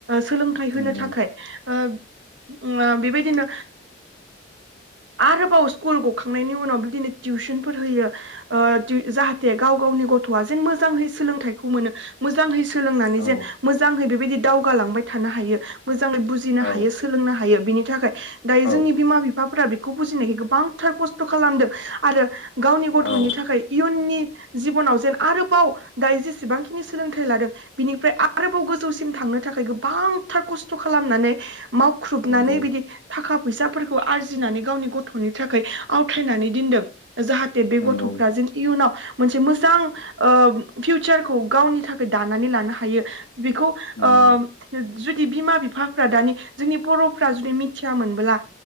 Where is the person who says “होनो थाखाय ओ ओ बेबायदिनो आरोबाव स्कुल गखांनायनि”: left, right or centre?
Right